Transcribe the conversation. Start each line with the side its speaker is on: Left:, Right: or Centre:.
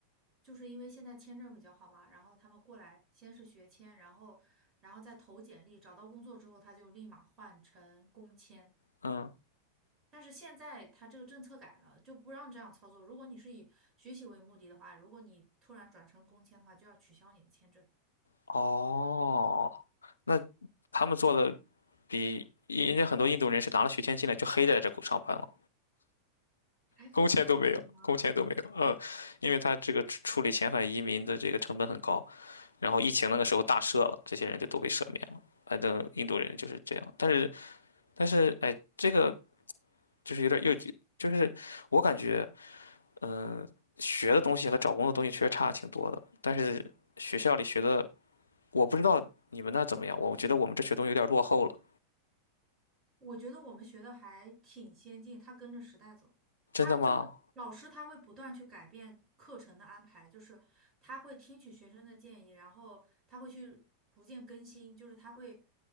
Right: 就是因为现在签证比较好嘛，然后他们过来先是学签，然后然后再投简历，找到工作之后他就立马换成工签。
Left: 嗯，
Right: 但是现在他这个政策改了，就不让这样操作。如果你是以学习为目的的话，如果你突然转成工签的话，就要取消你的签证。
Left: 哦，那他们做的比人家很多印度人是拿了学签进来就黑在这上班了，
Right: 还可以这样子的吗？
Left: 工签都没有，工签都没有。嗯，因为他这个处处理遣返移民的这个成本很高。然后疫情那个时候大赦了，这些人就都被赦免了。反正印度人就是这样，但是但是哎，这个就是有点又就是我感觉，嗯、学的东西和找工作的东西确实差挺多的。但是学校里学的，我不知道你们那儿怎么样，我觉得我们这学东西有点落后了。
Right: 我觉得我们学的还挺先进，它跟着时代走。它就是老师，
Left: 真的吗？
Right: 他会不断去改变课程的安排，就是他会听取学生的建议，然后他会去逐渐更新，就是他会，